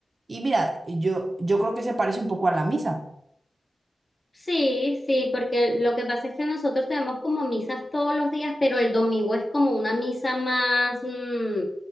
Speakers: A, on the right; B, on the left.
A: Y mira, yo, yo creo que se parece un poco a la misa.
B: Sí, sí, porque lo que pasa es que nosotros tenemos como misas todos los días, pero el domingo es como una misa más, mm,